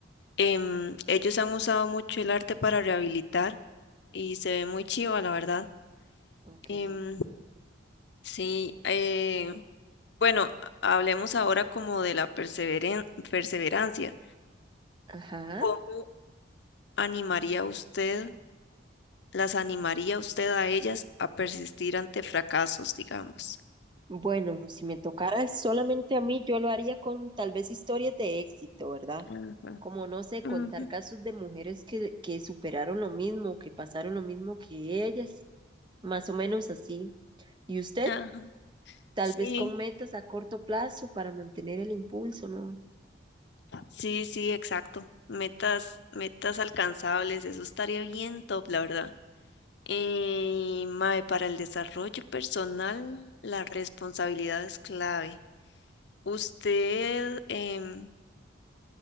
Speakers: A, on the left; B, on the right.
A: em, ellos han usado mucho el arte para rehabilitar y se ve muy chiva, la verdad.
B: Ok,
A: Em, sí, eh, bueno, hablemos ahora como de la perseveren- perseverancia.
B: ajá.
A: ¿Cómo animaría usted, las animaría usted a ellas a persistir ante fracasos, digamos?
B: Bueno, si me tocara solamente a mí, yo lo haría con tal vez historias de éxito, ¿verdad?
A: Ajá,
B: como no sé,
A: ujú,
B: contar casos de mujeres que, que superaron lo mismo, que pasaron lo mismo que ellas, más o menos así. Y usted,
A: ajá,
B: tal
A: sí.
B: vez con metas a corto plazo para mantener el impulso, ¿no?
A: Sí, sí, exacto. Metas, metas alcanzables, eso estaría bien top, la verdad. Eh, mae, para el desarrollo personal, la responsabilidad es clave. Usted, em,